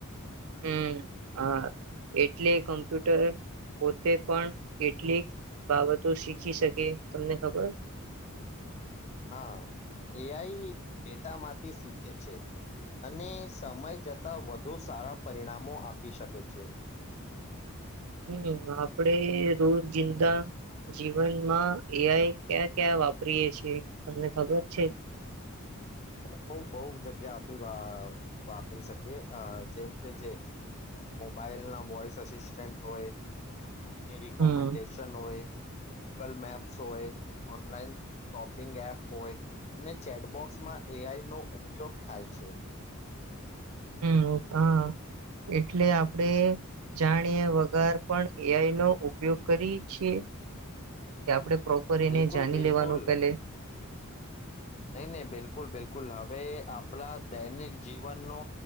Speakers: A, on the right; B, on the left.
A: હમ હા એટલે કોમ્પ્યુટર પોતે પણ કેટલીક બાબતો શીખી શકે તમને ખબર?
B: હા એઆઈ ડેટામાંથી શીખે છે અને સમય જતા વધુ સારા પરિણામો આપી શકે છે.
A: હમ આપદે રોજિંદા જીવનમાં એઆઈ ક્યાં ક્યા વાપરીએ છે તમને ખબર છે?
B: બઉ બઉ બઉ જગ્યા આપી વાપરી શકીએ જેમ કે જે અમ મોબાઈલના વોઇસ અસિસ્ટન્ટ તોય ટૂબની રિકોમેન્ડેશન
A: હમ
B: હોય. ગૂગલ મેપ્સ હોય, ઓનલાઈન શોપિંગ એપ હોય, અને ચેટબોક્સમાં એઆઈ નો ઉપયોગ થાય છે.
A: હમ હા એટલે આપડે જાણીએ વગર પણ એઆઈ નો ઉપયોગ કરીએ છીએ કે આપડે પ્રોપર એને
B: બિલકુલ
A: જાણી
B: બિલકુલ
A: લેવાનું પેલે.
B: નહી નહી બિલકુલ બિલકુલ હવે આપણા દૈનિક જીવનનો